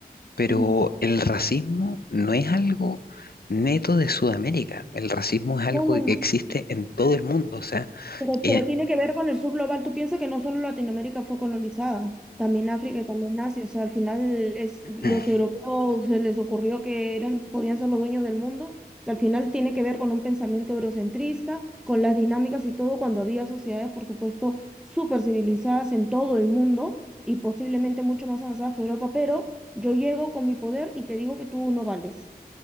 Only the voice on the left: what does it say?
pero
el racismo no es algo neto de Sudamérica, el racismo es algo
que
existe en todo el mundo, o sea,
eh,
<clears throat>